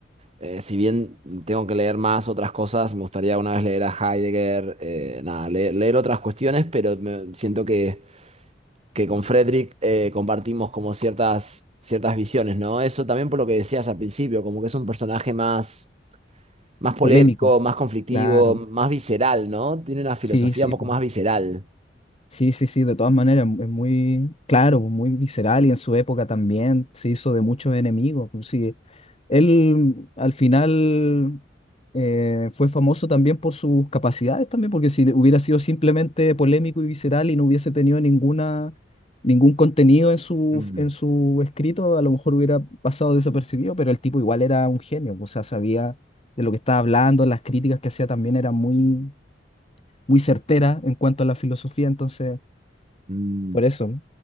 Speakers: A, on the right; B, on the left.
A: eh, si bien tengo que leer más otras cosas, me gustaría una vez leer a Heidegger, eh, nada, le- leer, otras cuestiones, pero me- siento que, que con Friedrich eh, compartimos como ciertas, ciertas visiones, ¿no? Eso también por lo que decías al principio, como que es un personaje más, más polémico,
B: Polémico,
A: más conflictivo,
B: claro.
A: más visceral, ¿no? Tiene una filosofía
B: Sí, sí.
A: un poco
B: pues.
A: más visceral.
B: Sí, sí, sí, de todas maneras, es muy claro, muy visceral y en su época también se hizo de muchos enemigos. pues Sí, él al final eh, fue famoso también por sus capacidades también, porque si hubiera sido simplemente polémico y visceral y no hubiese tenido ninguna, ningún contenido en su,
A: Mm,
B: en su escrito, a lo mejor hubiera pasado desapercibido, pero el tipo igual era un genio, o sea, sabía de lo que estaba hablando, las críticas que hacía también eran muy, muy certeras en cuanto a la filosofía, entonces...
A: mm,
B: Por eso.